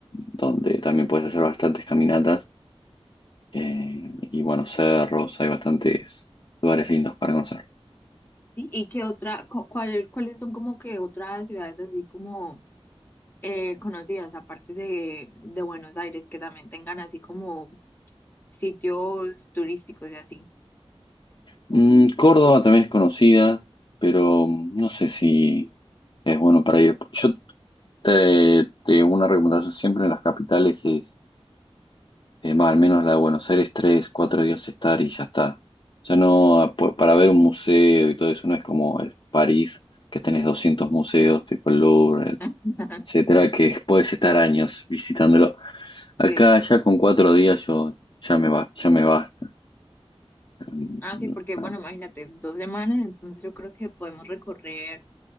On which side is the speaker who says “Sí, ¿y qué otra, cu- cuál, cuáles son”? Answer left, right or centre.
Left